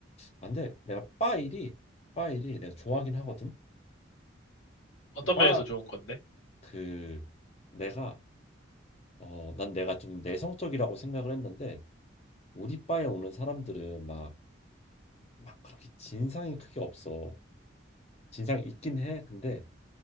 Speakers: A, on the left; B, on the left.
A: 안 돼. 내가 바 일이 바 일이 내가 좋아하긴 하거든.
B: 어떤
A: 바
B: 면에서 좋은 건데?
A: 그 내가 어 난 내가 좀 내성적이라고 생각을 했는데 우리 바에 오는 사람들은 막 막 그렇게 진상이 크게 없어. 진상이 있긴 해. 근데